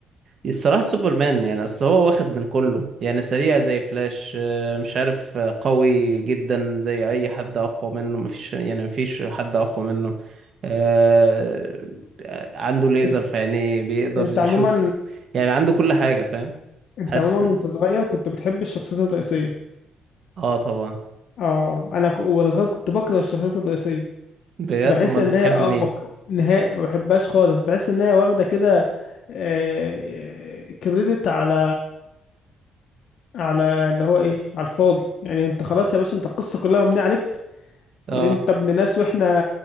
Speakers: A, on the right; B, on the left.
A: الصراحة سوبرمان يعني أصل هو واخد من كله يعني سريع زي فلاش آه، مش عارف آه، قوي جدا زي أي حد أقوى منه مفيش يعني مفيش حد أقوى منه آه، عنده ليزر
B: انت
A: في عينيه بيقدر
B: أنت
A: يشوف
B: عموما
A: يعني عنده كل حاجة فاهم
B: انت
A: حاسس
B: عموما وانت صغير كنت بتحب الشخصيات الرئيسيه
A: اه طبعا
B: اه انا ك... وانا صغير كنت بكره الشخصيات الرئيسيه
A: بجد
B: بحس
A: أمال
B: ان
A: بتحب
B: هي اه
A: مين
B: بك... نهائي ما بحبهاش خالص بحس ان هي واخده كده آه... كريدت على على اللي هو ايه على الفاضي يعني انت خلاص يا باشا انت القصه كلها مبنيه عليك
A: اه
B: يعني انت ابن ناس واحنا